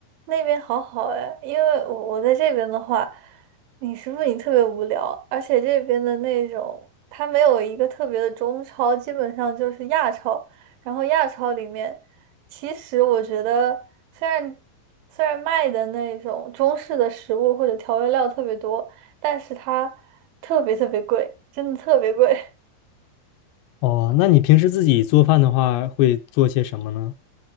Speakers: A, on the right; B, on the left.
A: 那边好好哎，因为我我在这边的话，你食不你特别无聊，而且这边的那种它没有一个特别的中超，基本上就是亚超。然后亚超里面，其实我觉得虽然虽然卖的那种中式的食物或者调味料特别多，但是它特别特别贵，真的特别贵。
B: 哦，那你平时自己做饭的话会做些什么呢？